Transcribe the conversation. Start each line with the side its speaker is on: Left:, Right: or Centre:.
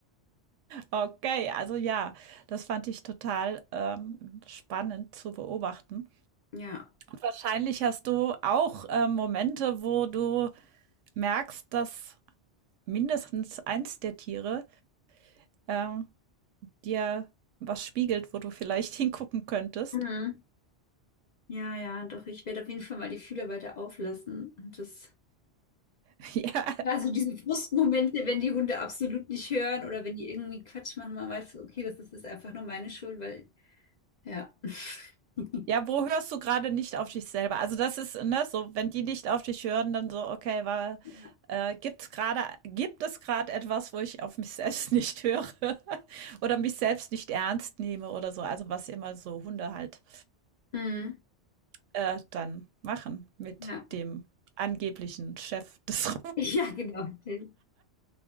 Right: Okay, also ja, das fand ich total ähm, spannend zu beobachten.
Left: Ja.
Right: Wahrscheinlich hast du auch äh, Momente, wo du merkst, dass mindestens eins der Tiere äh, dir was spiegelt, wo du vielleicht hingucken könntest.
Left: Mhm. Ja, ja, doch, ich werde auf jeden Fall mal die Fühler weiter auflassen. Und das,
Right: <laughs> ja.
Left: also diese Frustmomente, wenn die Hunde absolut nicht hören oder wenn die irgendwie Quatsch machen, man weiß, okay, das ist, das ist einfach nur meine Schuld, weil Ja. <laughs>
Right: ja, wo hörst du gerade nicht auf dich selber? Also das ist ne, so, wenn die nicht auf dich hören, dann so, okay, war,
Left: Ja,
Right: äh, gibt's gerade, gibt es gerade etwas, wo ich auf mich <laughs> selbst nicht höre <laughs> oder mich selbst nicht ernst nehme oder so? Also was immer so Hunde halt
Left: Mhm.
Right: äh, dann machen mit
Left: Ja.
Right: dem angeblichen Chef des
Left: Ja, genau. der